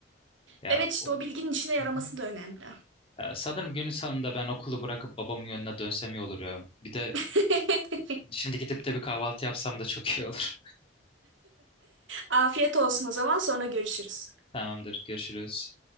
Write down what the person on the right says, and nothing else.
Evet işte
o bilginin işine yaraması
da önemli.
<laughs>
Afiyet olsun o zaman sonra görüşürüz.